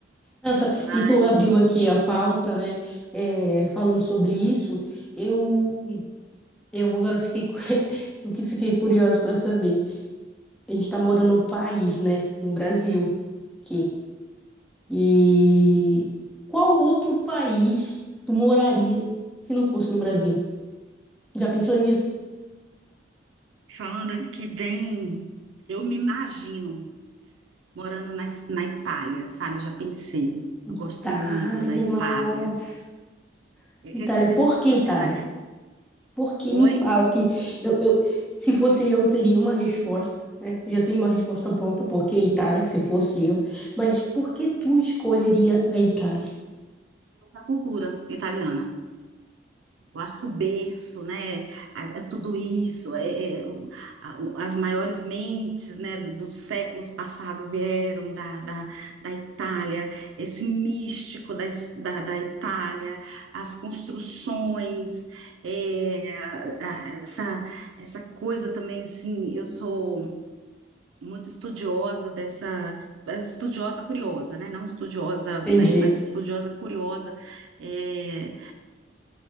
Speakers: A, in the centre; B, on the right.
A: Nossa,
B: Mas
A: e tu abriu aqui a pauta, né? É, falando sobre isso, eu, eu agora fiquei, cu- <laughs> o que fiquei curioso para saber. A gente está morando no país, né? No Brasil, aqui. E qual outro país tu moraria se não fosse no Brasil? Já pensou nisso?
B: Falando aqui bem, eu me imagino morando na, Es- na Itália, sabe? Já pensei. Eu gosto
A: Itália,
B: muito da Itália.
A: nossa.
B: E-
A: Itália,
B: e- e- Essa,
A: por que Itália?
B: essa-
A: Por que
B: oi?
A: me fala que eu, eu- se fosse eu, teria uma resposta, né? Já tenho uma resposta pronta, por que Itália, se fosse eu. Mas por que tu escolheria a Itália?
B: Essa cultura italiana. Eu acho que o berço, né, a- é tudo isso, é, é, o- a- o- as maiores mentes, né, do- dos séculos passados vieram da, da, da Itália, esse místico da, es- da, da Itália, as construções, é, a- a- essa, essa coisa também, assim, eu sou muito estudiosa dessa, estudiosa curiosa, né, não estudiosa,
A: Entendi.
B: né, mas estudiosa curiosa, é,